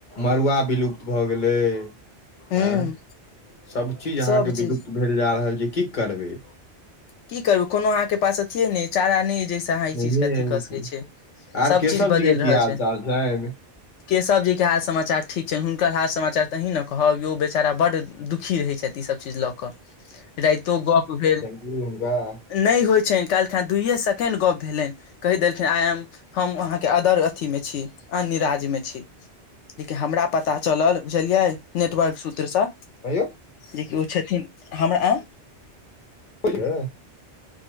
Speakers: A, on the left (about 45°); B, on the left (about 80°).
A: मड़ुआ विलुप्त भए गेलै
B: हूं
A: एँ सभ चीज अहाँके
B: सब चीज
A: विलुप्त भेल जा रहल छै की करबै
B: की करू कोनो अहाँके पास अथिये नहि चारा नहि जैस त ई
A: नहिये
B: चीज के अथी
A: होय
B: कऽ सकै छै
A: आर
B: सब
A: केशव
B: चीज बदलि
A: जी के
B: रहल
A: की हाल
B: छै
A: चाल छनि
B: केशव जी के हाल समाचार ठीक छनि हुनकर हाल समाचार तहीं ने कहब यौ बेचारा बड दुखी रहै छथि ई सब चीज लऽ कऽ राइतो गप भेल
A: हनका <unintelligible>
B: नहि होइत छनि काल्हि खन दुइए सेकेण्ड गप्प भेलनि कहि देलखिन आइ एम हम अहाँके अदर अथीमे छी अनिराजमे छी लेकिन हमरा पता चलल बुझलियै नेटवर्क सूत्रसँ
A: अयौ
B: जेकि ओ छथिन हमरा ऑ
A: बर <unintelligible>